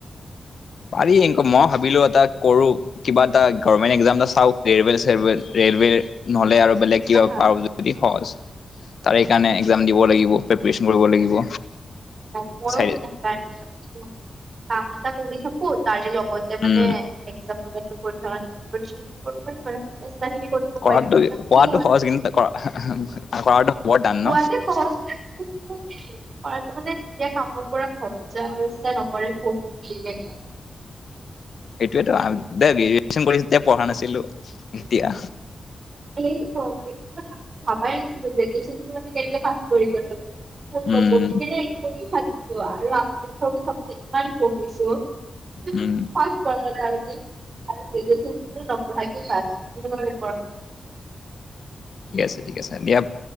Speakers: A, on the left (about 70°); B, on the right (about 60°).
A: পাৰি এনকে মই ভাবিলোঁ এটা কৰো কিবা এটা গৰ্মেন্ট এক্সাম এটা চাও ৰেলৱে - চেৰৱেল ৱেৰ নহ'লে আৰু বেলেগ কিবা
B: আহা
A: পাও যদি সহজ। তাৰে কাৰণে এক্সাম দিব লাগিব পিপিৰেচন কৰিব লাগিব।
B: অহ, <unintelligible>
A: চাই
B: মই এতিয়া মানে একজামৰ কাৰনে পৰীক্ষাৰ কাৰণে
A: উম
B: পিপিৰেশ্যন খিনি কৰিব পাৰিম আৰু <unintelligible> ইমানখিনি কৰিব
A: কৰাটো
B: পাৰিছো পাছত
A: কৰাটো সহজ
B: কি
A: কিন্তু কৰা
B: হয় আৰু
A: কৰাটো বৰ টান
B: কোৱাতে
A: ন
B: সহজ, কৰাটো মানে যেতিয়া কামৰ পৰা ঘৰত যাওঁ আৰু ইচ্ছা নকৰে পঢ়ো বুলি কেনে।
A: এইটোয়ে টো আগতে গ্ৰেযুয়েশন কৰি পঢ়া নাছিলোঁ তেতিয়া
B: এই মই মানে ইমান ভাবাই নাছিলোঁ গ্ৰেজো ৱেচন টো মানে আমি কেনেকে পাছ কৰিম <unintelligible> নকবি
A: উম
B: দেই কৰি থাকিছো আৰু আগতে সৰু থাকোঁতে ইমান পঢ়িছো।
A: উম
B: <unintelligible> <unintelligible>
A: ঠিক আছে- ঠিক আছে দিয়া